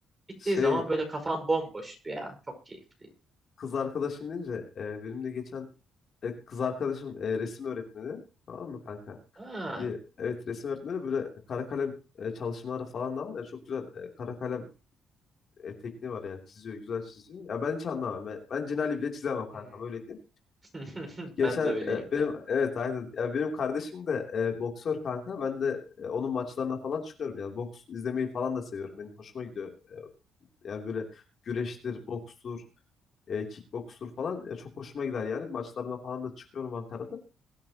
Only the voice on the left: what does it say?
Şey
kız arkadaşım deyince e, benim de geçen e, kız arkadaşım e, resim öğretmeni. Tamam mı kanka?
Bir evet resim öğretmeni böyle kara kalem e, çalışmaları falan da var ya çok güzel e, kara kalem e, tekniği var yani çiziyor güzel çiziyor. Ya ben hiç anlamam. Ben, ben Cinali bile çizemem kanka
böyle diyeyim.
Geçen
e, benim
evet aynen ya benim kardeşim de e, boksör kanka. Ben de e, onun maçlarına falan çıkıyorum yani boks izlemeyi falan da seviyorum. Benim hoşuma gidiyor. Yani böyle güreştir, bokstur, e, kickbokstur falan e, çok hoşuma gider yani maçlarına falan da çıkıyorum Ankara'da.